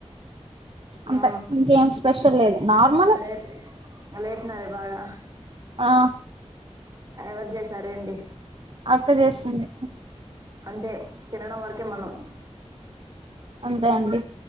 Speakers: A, on the right; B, on the right.
A: అంతే
B: ఆ
A: ఇంకేం స్పెషల్ లేదు నార్మల్
B: లేప్ లేప్నావే బాగా
A: ఆ
B: ఎవరు జెసారేంటి
A: అక్క జేస్సింది
B: అంటే తినడం వర్కే మనం
A: అంతే అండి